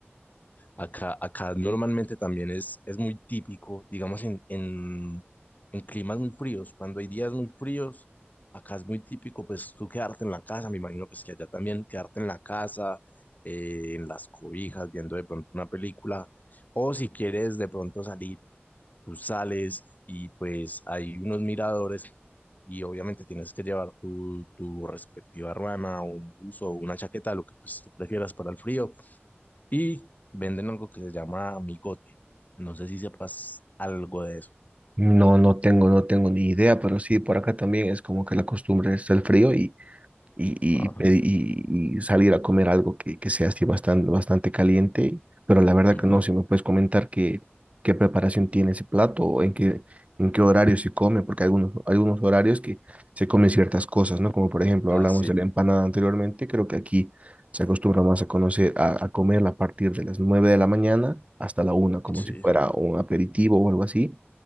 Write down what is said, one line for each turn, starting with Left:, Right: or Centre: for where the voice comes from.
Left: Acá, acá normalmente también es, es muy típico, digamos, en, en, en climas muy fríos. Cuando hay días muy fríos, acá es muy típico, pues tú quedarte en la casa, me imagino pues que allá también quedarte en la casa, eh, en las cobijas, viendo de pronto una película. O si quieres de pronto salir, tú sales y pues hay unos miradores y obviamente tienes que llevar tu, tu respectiva ruana o un buzo o una chaqueta, lo que pues tú prefieras para el frío y venden algo que se llama amigote. No sé si sepas algo de eso.
Right: No, no tengo, no tengo ni idea, pero sí, por acá también es como que la costumbre es el frío y, y,
Left: Ajá.
Right: y, pe- y- y salir a comer algo que, que sea así bastante, bastante caliente, pero la verdad
Left: ujú.
Right: que no, si me puedes comentar qué, qué preparación tiene ese plato o en qué, en qué horario se come, porque hay algunos, algunos horarios que se comen ciertas cosas, ¿no? Como por ejemplo
Left: Ah,
Right: hablamos
Left: sí,
Right: de la empanada anteriormente, creo que aquí se acostumbra más a conocer, a, a comerla a partir de las 9 de la mañana hasta la una como
Left: sí.
Right: si fuera un aperitivo o algo así,